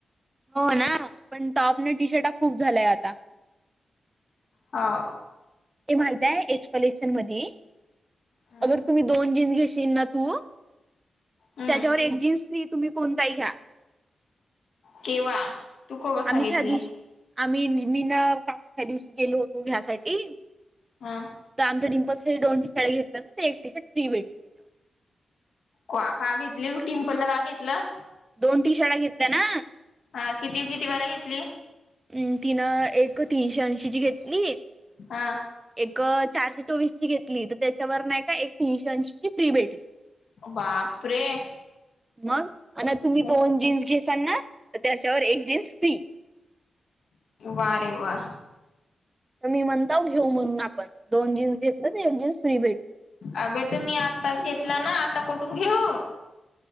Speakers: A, on the right; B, on the left.
A: हो ना पण टॉप न टी शर्टा खूप झालंय आता
B: हो
A: ते माहित आहे एच कलेक्शन मध्ये
B: हम्म
A: अगर तुम्ही दोन जीन्स घेशील ना तू
B: हम्म
A: त्याच्यावर एक जीन्स फ्री तुम्ही कोणताही घ्या
B: केव्हा तू केव्हा सांगितली
A: आम्ही त्या दिवशी आम्ही मी ना का त्या दिवशी गेलो होतो घ्यासाठी
B: हा
A: तर आमच्या डमपल हे दोनी शाळे घेतले ना तर एक टी शर्ट फ्री भेटली त्याच्यावर
B: का घेतली टिम्पल न का घेतलं
A: दोन टी शाळा घेतल्या ना.
B: हा किती किती वार घेतली.
A: म तिनं एक तीनशे ऐंशीची घेतली.
B: हा.
A: एक चारशे चोवीस ची घेतली तर त्याच्यावर नाही का एक तीनशे ऐंशी ची फ्री बेटरी.
B: बापरे.
A: मग आणि तुम्ही
B: मस्त
A: दोन जीन्स घेसाल ना तर त्याच्यावर एक जीन्स फ्री
B: वारे वा.
A: मी म्हणताव घेऊ म्हणून आपण दोन जीन्स घेतलं तर एक जीन्स फ्री भेट.
B: अभे तर मी आत्ताच घेतला ना आता कुठून घेऊ.